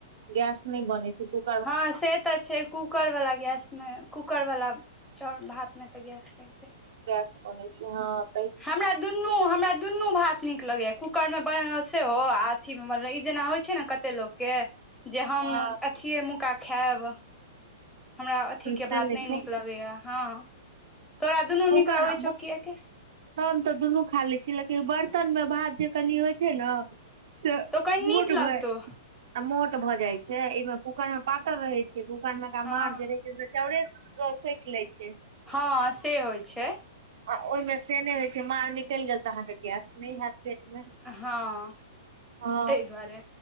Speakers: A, on the right; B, in the centre.
A: गैस नहि बनेै छै कुक
B: हँ से तऽ छै। कूकर वाला गैस मे कूकर वाला चाउर भात मे तऽ गैस बनइते छै
A: गैस बनै छै, हं।
B: हमरा दुनू हमरा दुनू भात नीक लगैए। कूकर मे बनेलहुँ सेहो आ अथी मे बनेलहुँ ई जेना होइ छै ने कते लोकके जे हम
A: ह
B: अथिये मौंका खायब हमरा अथीके
A: से
B: भात नहि
A: छै
B: नीक लगैयै, हँ तोरा दुनू
A: कूकर
B: निक लगै छौ कि एके
A: हम तऽ दुनू खा लै छी लेकिन बर्तन मे भात जे कनि होइ छै न से - <unintelligible>
B: तो कनी नीक
A: ट
B: लगतौ
A: भइ आ मोट भ जाय छै। एइ में कूकर में पातर रहै छै। कुकर में का
B: हँ
A: मार जे रहे इ जे चाओड़े सोईख लइ छै।
B: हँ, से होइ छै।
A: आ ओहिमे से नहि होइ छै। मार निकलि गेल तऽ अहाँके गैस नहि हैत। हँमे
B: हँ
A: आ
B: ताहि दुआरे